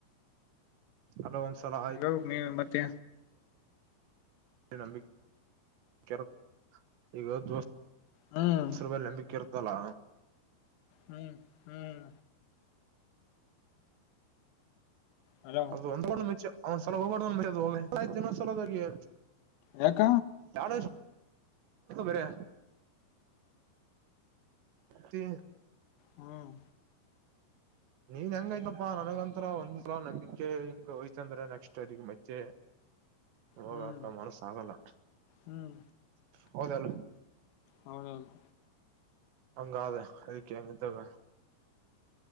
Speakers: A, on the right; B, on the left.
A: ಹಲೋ ಅಸಲ..
B: ಇವಾಗ ನೀ ಮತ್ತೆ
A: ನಂಬೆ ಕೆ ಈಗ ದೋಸ್..
B: ಹ್ಮ್
A: ಗೆಸರ್ ಬಲ್ ನಂಬಿಕಿರ್ತಲ್ಲ..
B: ಹ್ಮ್ ಹ್ಮ್. ಹಲೋ
A: ಅದು ಒಂದ ಮುಚೆ ಅವ್ನ್ ಸಲ ಹೋಗಬಾರ ಒ ಮರೋದು ಹೋಮೆ. ಪ್ರತಿ ಆಯ್ತಿ ಇನ್ನೊಂದ್ ಸಲ ಬಗ್ಗೆ.
B: ಯಾಕ
A: ಯಾಡುಸ್ ಬರೆ.. <inaudible>
B: ಹ್ಮ್.
A: ನೀನ್ ಹೆಂಗಯ್ತಪಾ ನನಗಂತರು ಒಂದ್ಸಲ ನಂಬಿಕೆ ಹಿಂಗ ಹೋಯ್ತ ಅಂದ್ರ ನೆಸ್ಟ್ ಯಾರಿಗೂ ಮತ್.. ಮತ್ತೆ ಹೋಗಕ್ಕ
B: ಹ್ಮ್
A: ಮನಸ ಆಗಲ್ಲ
B: ಹ್ಮ್
A: ಹೌದಾ ಇಲ್ಲ.
B: ಹೌದೌದು.
A: ಹಂಗ ಆದ ಅದಕ್ಕೆ ಹೆಂಗಿದ್ದಾಗ.